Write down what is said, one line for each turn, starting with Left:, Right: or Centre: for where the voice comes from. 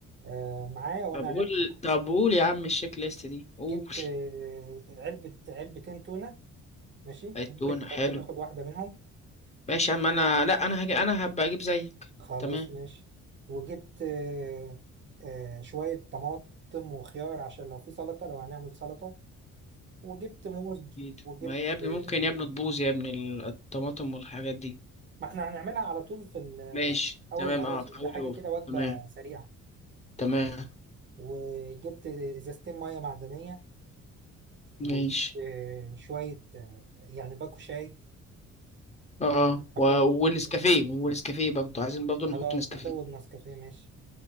Right: آه معايا وانا
Left: طب قول
Right: رايح مكة.
Left: طب قول يا عم الشيك ليست دي قول
Right: جبت آه علبة علبتين تونة ماشي
Left: التونة
Right: ممكن تبقى
Left: حلو
Right: انت تاخد واحدة منهم
Left: ماشي يا عم انا لا انا هجي انا هبقى اجيب زيك
Right: خلاص
Left: تمام
Right: ماشي وجبت آه آه شوية طماطم وخيار عشان لو في سلطة لو هنعمل سلطة وجبت موز
Left: أكيد.
Right: وجبت
Left: ما هي يا ابني
Right: آه
Left: ممكن يا ابني تبوظ يا ابني ال- الطماطم والحاجات دي
Right: ما احنا هنعملها على طول في ال-
Left: ماشي
Right: اول
Left: تمام
Right: ما نوصل
Left: اه حاولي
Right: ده حاجة كده وجبة
Left: تمام
Right: سريعة
Left: تمام
Right: وجبت آه، ازازتين مية معدنية وشوية
Left: ماشي
Right: يعني باكو شاي
Left: اه
Right: حبة
Left: و... ونسكافيه
Right: أشرب شاي
Left: ونسكافيه برضه عايزين برضه نحط
Right: خلاص
Left: نسكافيه
Right: هزود نسكافيه ماشي